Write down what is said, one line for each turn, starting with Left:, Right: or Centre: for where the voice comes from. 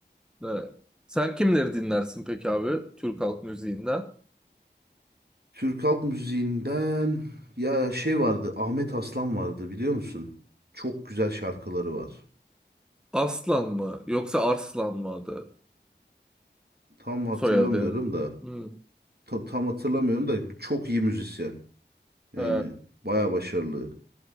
Centre: Evet. Sen kimleri dinlersin peki abi Türk halk müziğinden?
Right: Türk halk müziğinden ya şey vardı Ahmet Aslan vardı biliyor musun? Çok güzel şarkıları var.
Centre: Aslan mı yoksa Arslan mı adı?
Right: Tam hatırlamıyorum
Centre: Soyadı yani.
Right: da.
Centre: Hmm.
Right: ta- tam hatırlamıyorum da çok iyi müzisyen. Yani
Centre: He.
Right: baya başarılı.